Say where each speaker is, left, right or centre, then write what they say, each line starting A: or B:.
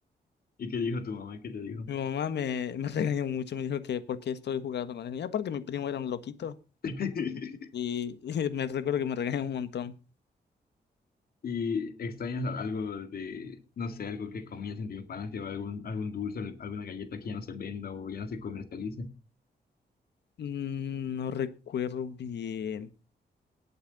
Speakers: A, on the left (about 60°); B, on the left (about 80°).
A: ¿Y qué dijo tu mamá? ¿Qué te
B: <laughs>
A: dijo?
B: Mi mamá me, me regañó mucho, me dijo que por qué estoy jugando con él. Y aparte mi primo era un loquito
A: <laughs>
B: y, <laughs> y me recuerdo que me regañó un montón.
A: ¿Y extrañas algo de, no sé, algo que comías en tu infancia o algún, algún dulce, alguna galleta que ya no se venda o ya no se comercialice?
B: Mm, No recuerdo bien,